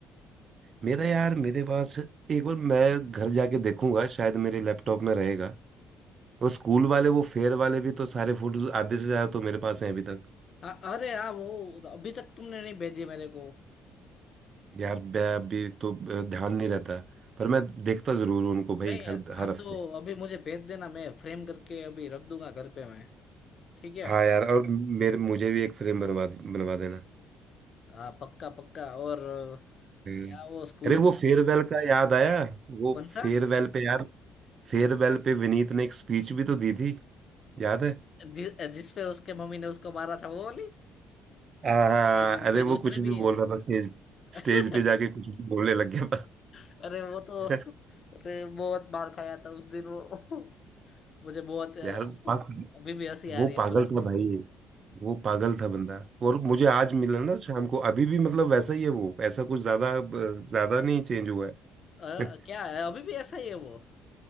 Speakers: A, on the right; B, on the left.
A: मेरा यार मेरे पास एक बार मैं घर जाके देखूंगा शायद मेरे लैपटॉप में रहेगा वो स्कूल वाले वो फेयर वाले भी तो सारे फोटोज आधे से ज्यादा तो मेरे पास हैं अभी तक
B: हाँ अरे हाँ वो अभी तक तुमने नहीं भेजी मेरे को
A: यार मैं अभी तो अ, ध्यान नहीं रहता पर मैं देखता जरूर हूँ उनको भाई
B: नहीं
A: हर हर
B: हाँ
A: हफ्ते
B: तो अभी मुझे भेज देना मैं फ्रेम करके अभी रख दूंगा घर पे मैं ठीक है
A: हाँ यार और मेरे मुझे भी एक फ्रेम बनवा बनवा देना
B: हाँ पक्का पक्का और
A: हम्म।
B: क्या वो स्कूल
A: अरे वो फेयरवेल का याद आया वो
B: कौन
A: फेयरवेल
B: सा
A: पे यार फेयरवेल पे विनीत ने एक स्पीच भी तो दी थी याद है
B: जि, जिस पे उसके मम्मी ने उसको मारा था वो वाली
A: आ, हाँ,
B: ये
A: अरे
B: कोई
A: वो
B: दूसरे
A: कुछ
B: भी
A: भी बोल
B: है
A: रहा था स्टेज
B: <laughs>
A: स्टेज पे जाके कुछ भी बोलने लग गया
B: अरे वो तो
A: था
B: अरे बहुत मार खाया था उस दिन वो <laughs> मुझे बहुत
A: <laughs>
B: अभी
A: यार वो पाग-
B: भी हंसी आ
A: वो
B: रही है
A: पागल
B: बोलो,
A: था भाई वो पागल था बंदा और मुझे आज मिला ना शाम को अभी भी मतलब वैसा ही है वो ऐसा कुछ ज्यादा अब, ज्यादा नहीं चेंज हुआ है
B: अ, क्या
A: <laughs>
B: है अभी भी ऐसा ही है वो